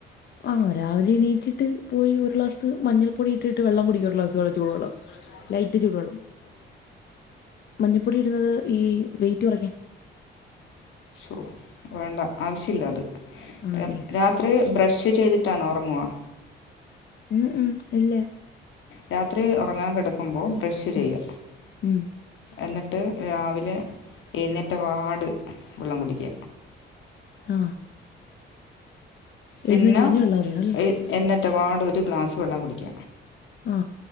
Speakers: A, on the left (about 55°); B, on the left (about 80°).
A: ആഹ രാവിലെ എണീറ്റിട്ട് പോയി ഒരു ഗ്ലാസ്ഞ്ഞൾ പൊടി ഇട്ടിട്ട് വെള്ളം കുടിക്ക ഒരു ഗ്ളാസ്ളൂടുള്ളൂ
B: ഉ
A: ലൈറ്റ് ചൂടുള്ളൂ മഞ്ഞപ്പൊടി ഇടുന്നത് ഈ വെയറ്റ് കുറയ്ക്കൻ
B: ഓ വേണ്ട ആവശ്യില്ല അത്
A: ആണല്ലേ
B: രാ രാത്രി ബ്രഷ് ചെയ്തിട്ടാണോ ഉറങ്ങുവുക
A: ഉം ഉം ഇല്ല.
B: രാത്രി ഉറങ്ങാൻ കിടക്കുമ്പോൾ ബ്രഷ് ചെയ്യുക.
A: ഉം ഉം
B: എന്നിട്ട് രാവിലെ എഴുന്നേറ്റ പാട് വെള്ളം കുടിക്ക..
A: ആ
B: പിന്നെ
A: എഴുന്നേറ്റ ഉടനെ വെള്ളം കുടിക്കണം അല്ലേ
B: എഴുന്നേറ്റപാട് ഒരു ഗ്ലാസ്സ് വെള്ളം കുടിക്ക.
A: മ്